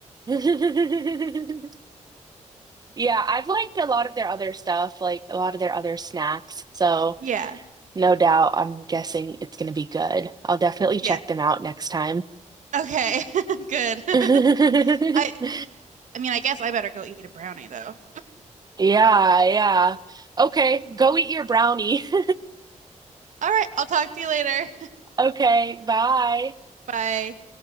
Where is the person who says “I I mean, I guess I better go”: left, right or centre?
Right